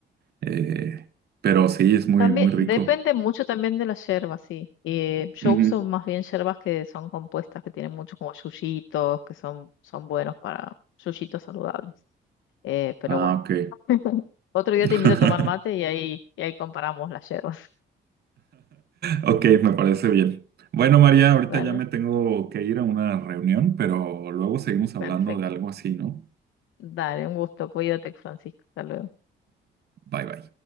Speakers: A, on the right; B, on the left.
A: Eh, pero sí, es muy,
B: También
A: muy rico.
B: depende mucho también de la yerba, sí. Eh, yo
A: Ujú.
B: uso más bien yerbas que son compuestas, que tienen mucho como yuyitos, que son, son buenos para yuyitos saludables. Eh, pero
A: Ah,
B: bueno,
A: ok.
B: <laughs> otro día
A: <laughs>
B: te invito a tomar mate y ahí, y ahí comparamos las yerbas. <laughs>
A: Ok, me parece bien. Bueno, María, ahorita
B: Dale,
A: ya me tengo que ir a una reunión, pero luego seguimos hablando
B: perfecto.
A: de algo así, ¿no?
B: Dale, un gusto. Cuídate, Francisco. Hasta luego.
A: Bye bye.